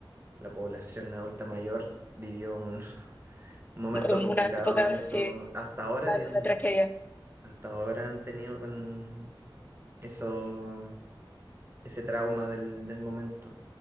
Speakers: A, on the right; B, on the left.
A: la población adulta mayor vivió un <laughs> momento
B: Una
A: complicado
B: época,
A: en eso.
B: sí,
A: Hasta ahora
B: una
A: bien,
B: época de tragedia,
A: hasta ahora han tenido con eso ese trauma del, del momento.